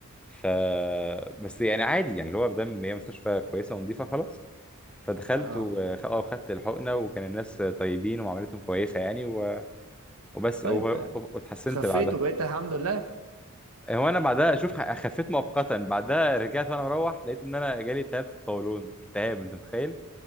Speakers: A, in the centre; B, on the right (about 75°).
A: ف بس يعني عادي يعني اللي هو مادام هي مستشفى كويسه ونظيفه خلاص فدخلت
B: اه
A: وخ- اه وخدت الحقنه وكان الناس طيبين ومعاملتهم كويسه يعني و... وبس
B: طيب
A: و... و-
B: آه.
A: واتحسنت
B: خفيت
A: بعدها
B: وبقيت الحمد لله
A: هو انا بعدها اشوف خ- خفيت مؤقتا بعدها رجعت وانا مروح لقيت ان انا جالي التهاب في القولون التهاب انت متخيل